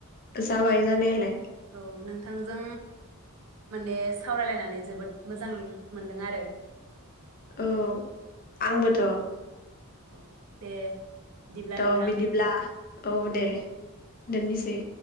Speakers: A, on the left; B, on the right.
A: जाबाय
B: नों
A: जानायालाय
B: औ नोंथांजों माने सावरायलायनानै जोबोद मोजां मोनदों आरो।
A: औ आंबोथ'।
B: अ दे बिदिब्ला
A: थ
B: नोंथां
A: बिदिब्ला औ
B: उम
A: दे। दोननिसै‌।